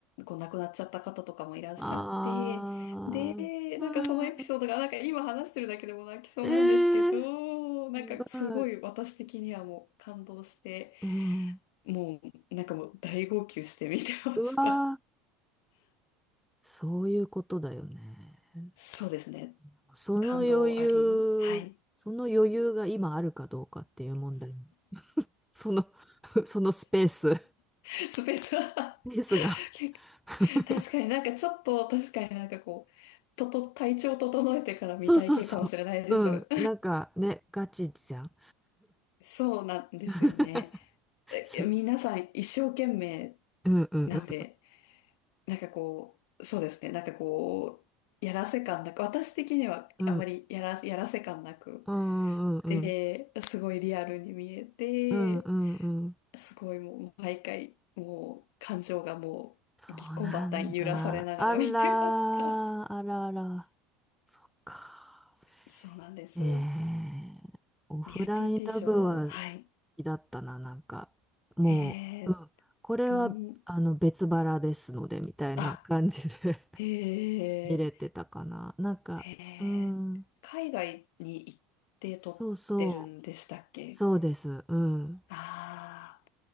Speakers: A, on the left; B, in the centre.
A: こう、亡くなっちゃった方とかもいらっしゃって、
B: あー。
A: で、
B: うん。
A: なんかそのエピソードが、なんか今話してるだけでも泣きそうなんですけど、
B: ええ
A: なんかすごい私的にはもう感動して、
B: やばい。うん。
A: もう、なんかもう大号泣して見てました。
B: うわー。そういうことだよね。そ、
A: そうですね。
B: その余裕、
A: 感動あり。はい。
B: その余裕が今あるかどうかっていう問題。その、<laughs> そのスペース、ス
A: <laughs> スペースは
B: ペースが。
A: <laughs> 結構
B: <laughs>
A: 確かになんかちょっと、確かになんかこう、とと、体調整えてから見たい系かもしれないです。
B: そうそうそう。うん。なんかね、ガチじゃん。
A: <laughs> そうなんですよね。
B: <laughs>
A: え皆さん一生懸命
B: そう。うんうんうん。
A: なんで、なんかこう、そうですね。なんかこう、やらせ感なく、私的にはあまりやら、
B: うん
A: やらせ感なく、
B: うんうんうん。
A: で、すごいリアルに見えて、
B: うんうんうん。
A: すごいもう毎回、もう感情がもうぎっこんばったん揺らされながら見てました。
B: そうなんだ。あらー、あらあら。そっか。
A: そうなんです。
B: ええオフラインラブは好
A: リアリティショー、はい。
B: きだったな、なんか。もう、
A: えー、
B: うん。これは、
A: どん、
B: あの、別腹ですので、みたいな感じで
A: あ、
B: <laughs>
A: え
B: 見れてたかな。なんか、
A: ー、えー、
B: うん。
A: 海外に行って撮ってるんでしたっけ
B: そうそう。そうです。うん。
A: ああ